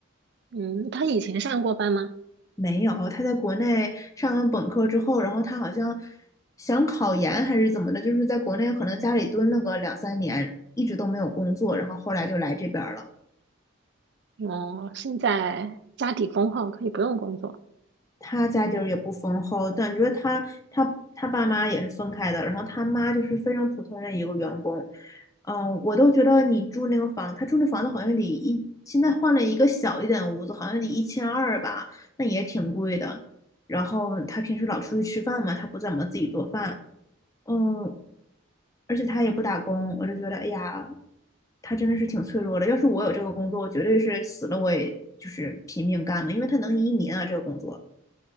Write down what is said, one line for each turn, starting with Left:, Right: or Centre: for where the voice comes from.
Right: 嗯，他以前上过班吗？
Left: 没有，他在国内上完本科之后，然后他好像想考研还是怎么的，就是在国内可能家里蹲了个两三年，一直都没有工作，然后后来就来这边儿了。
Right: 哦，现在家底丰厚，可以不用工作。
Left: 他家底儿也不丰厚，感觉他他他爸妈也是分开的，然后他妈就是非常普通的一个员工。嗯，我都觉得你住那个房，他住那房子好像得一，现在换了一个小一点的屋子，好像得一千二吧，那也挺贵的。然后他平时老出去吃饭嘛，他不怎么自己做饭。嗯，而且他也不打工，我就觉得，哎呀，他真的是挺脆弱的。要是我有这个工作，我绝对是死了我也就是拼命干嘛，因为他能移民啊，这个工作。